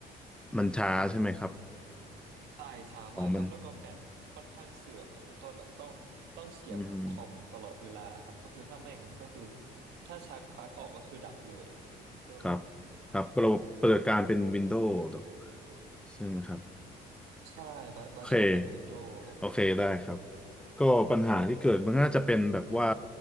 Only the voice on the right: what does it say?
ใช่ช้ามากครับแล้วก็แบตค่อนข้างเสื่อมอ่ะคุณต้นแบบต้องต้องเสียบกับคอมตลอดเวลาครับก็คือถ้าไม่งั้นก็คือ
ถ้าชักปลั๊กออกก็คือดับเลยอ่ะเออ
ใช่บัสบัสใช้เป็นวินโดว์ครับ